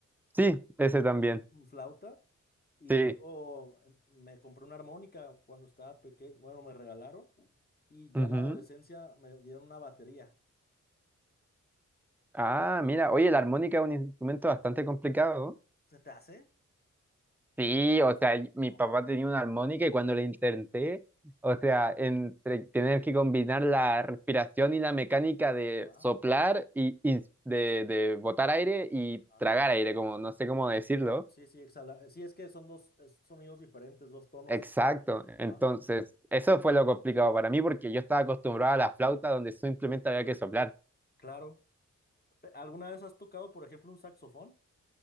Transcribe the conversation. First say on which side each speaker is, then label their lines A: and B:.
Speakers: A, in the centre; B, on the left (about 30°).
A: Sí, ese también.
B: ¿Flauta? Y
A: Sí.
B: luego em, me compré una armónica cuando estaba pequeño, bueno, me regalaron y ya
A: Ujú.
B: en la adolescencia me dieron una batería.
A: Ah, mira, oye, la armónica es un instrumento bastante complicado.
B: ¿Se te hace?
A: Sí, o sea, y- mi
B: No.
A: papá tenía una armónica y cuando le intenté, o sea, entre tener que combinar la respiración y la mecánica de
B: Ajá,
A: soplar y, y de, de botar aire y
B: ajá.
A: tragar aire, como no sé cómo decirlo.
B: Claro, sí, sí, exhala. Sí, es que son dos es- sonidos diferentes, dos tonos.
A: Exacto.
B: Ajá,
A: Entonces, eso fue lo complicado para mí porque yo estaba acostumbrado a la flauta donde simplemente había que soplar.
B: claro. Pe- ¿Alguna vez has tocado, por ejemplo, un saxofón?